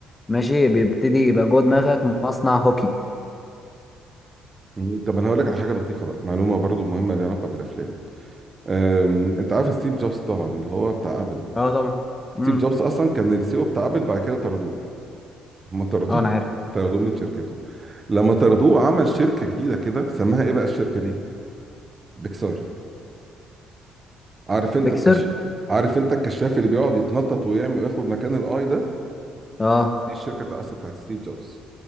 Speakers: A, on the left (about 20°); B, on the right (about 30°).
A: ماشي بيبتدي يبقى جوه دماغك مصنع هوكي
B: مم. طب انا هقول لك على حاجه لطيفه بقى معلومه برضه مهمه ليها علاقه بالافلام أم، انت عارف ستيف جوبز طبعا اللي هو بتاع ابل
A: اه طبعا
B: ستيف
A: امم
B: جوبز اصلا كان السي او بتاع ابل بعد كده طردوه ما طردوه
A: اه انا عارف
B: <laughs> طردوه من شركته لما طردوه عمل شركه جديده كده سماها ايه بقى الشركه دي بيكسار عارف انت
A: بيكسر
B: الكش عارف انت الكشاف اللي بيقعد يتنطط ويعمل وياخد مكان الاي ده
A: اه
B: دي الشركه بتاع اصلا بتاعت ستيف جوبز